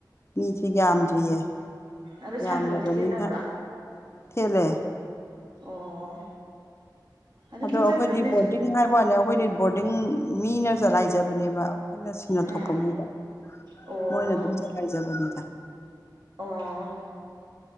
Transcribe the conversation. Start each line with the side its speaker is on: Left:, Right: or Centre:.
Left: ꯃꯤꯁꯦ ꯌꯥꯝꯗ꯭ꯔꯤꯌꯦ
Right: ꯑꯗꯣ
Left: ꯌꯥꯝꯗꯕꯅꯤꯅ
Right: ꯁꯥꯏꯟ ꯕꯣꯔꯗꯇꯤ ꯊꯦꯠꯇꯕ꯭ꯔꯥ
Left: ꯊꯂꯦ
Right: ꯑꯣ ꯑꯗꯨꯝ
Left: ꯑꯗꯣ
Right: ꯆꯪꯖꯔꯛꯀꯅꯤꯗ
Left: ꯑꯩꯈꯣꯏꯗꯤ ꯕꯣꯔꯗꯤꯡ ꯍꯥꯏꯕ ꯋꯥꯅꯦ ꯑꯩꯈꯣꯏꯗꯤ ꯕꯣꯔꯗꯤꯡ ꯃꯤꯅ ꯆꯂꯥꯏꯖꯕꯅꯦꯕ ꯑꯩꯈꯣꯏꯅ ꯁꯤꯡꯅ
Right: ꯎꯝ
Left: ꯊꯣꯛꯄ ꯃꯣꯏꯗ
Right: ꯑꯣ
Left: ꯃꯣꯏꯅ ꯑꯗꯨꯝ ꯆꯂꯥꯏꯖꯕꯅꯤꯗ
Right: ꯑꯣ